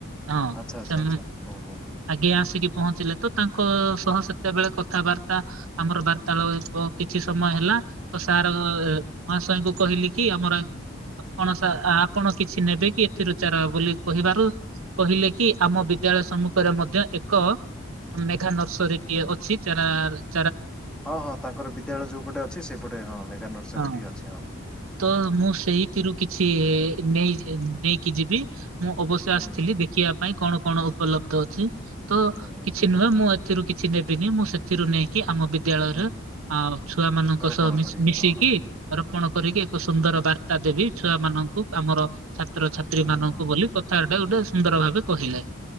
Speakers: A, on the right (about 80°); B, in the centre.
A: ହଁ
B: ଆଚ୍ଛା ଆଚ୍ଛା
A: ସେମ
B: ଆଚ୍ଛା ହଉ ହଉ ହଉ
A: ଆଗେ ଆସିକି ପହଞ୍ଚିଲେ। ତ ତାଙ୍କ ସହ ସେତେବେଳେ କଥାବାର୍ତ୍ତା ଆମର ବାର୍ତାଳୟପ କିଛି ସମୟ ହେଲା ତ ସାର୍ ମହାଶୟଙ୍କୁ କହିଲି କି ଆମର ଆପଣ ସା ଆପଣ କିଛି ନେବେ କି ଏଥିରୁ ଚାରା ବୋଲି କହିବାରୁ
B: ହୁଁ ହୁଁ
A: କହିଲେ କି ଆମ ବିଦ୍ୟାଳୟ ସମ୍ମୁଖରେ ମଧ୍ୟ ଏକ ମେଘା ନର୍ସରୀ ଟିଏ ଅଛି ଚାରା ର
B: ହଁ ହଁ ତାଙ୍କର ବିଦ୍ୟାଳୟ ଯୋଉପଟେ ଅଛି ସେପଟେ ହଁ ମେଘା ନର୍ସରୀ
A: ହଁ
B: ଟି ଅଛି ହଁ।
A: ତ ମୁଁ
B: ହଁ
A: ସେଇଥିରୁ କିଛି ଏ ନେଇ ଏନ ନେଇକି ଯିବି ମୁଁ ଅବଶ୍ୟ
B: ହୁଁ
A: ଆସିଥିଲି ଦେଖିବା ପାଇଁ। କଣ କଣ ଉପଲବ୍ଧ ଅଛି। ତ
B: ହୁଁ ହୁଁ
A: କିଛି
B: ହୁଁ
A: ନୁହେଁ ମୁଁ ଏଥିରୁ କିଛି ନେବିନି ମୁଁ ସେଥିରୁ ନେଇକି ଆମ ବିଦ ଦ୍ୟାଳୟରେ
B: ହୁଁ ହୁଁ
A: ଆ, ଛୁଆ ମାନଙ୍କ
B: ରୋପଣ
A: ସହ ମିଶ
B: କରିବେ
A: ମିଶିକି
B: ହଁ ହଁ ହଁ
A: ରୋପଣ କରିକି ଏକ ସୁନ୍ଦର ବାର୍ତ୍ତା ଦେବି ଛୁଆ ମାନଙ୍କୁ ଆମର ଛାତ୍ରଛାତ୍ରୀ
B: ହୁଁ
A: ମାନଙ୍କୁ
B: ହୁଁ ହୁଁ
A: ବୋଲି
B: ହୁଁ
A: କଥାଟା ଗୋଟେ ସୁନ୍ଦର ଭାବେ କହିଲେ।